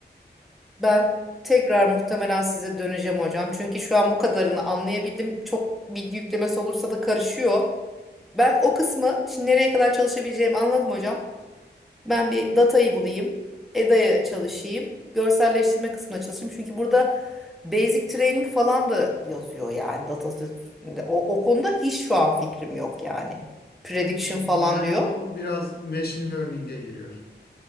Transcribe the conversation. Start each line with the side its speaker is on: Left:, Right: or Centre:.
Centre: e, ben tekrar muhtemelen size döneceğim hocam. Çünkü şu an bu kadarını anlayabildim. Çok bilgi yüklemesi olursa da karışıyor. Ben o kısmı şimdi nereye kadar çalışabileceğimi anladım hocam. Ben bir datayı bulayım. EDA'ya çalışayım. Görselleştirme kısmına çalışayım. Çünkü burada basic training falan da yazıyor yani dataset üstünde. O, o konuda hiç şu an fikrim yok yani. Prediction falan
Left: Yani
Centre: diyor.
Left: o biraz machine learning'e giriyor.